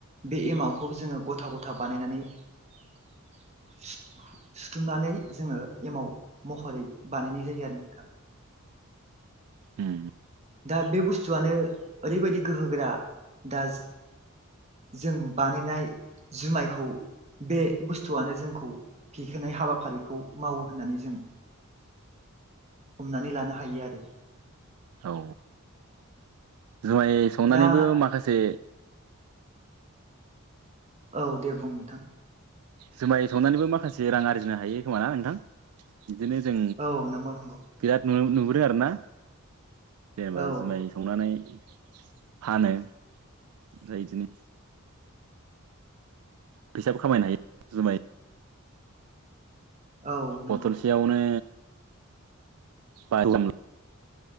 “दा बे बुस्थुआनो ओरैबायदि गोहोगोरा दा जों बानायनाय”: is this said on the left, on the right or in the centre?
Right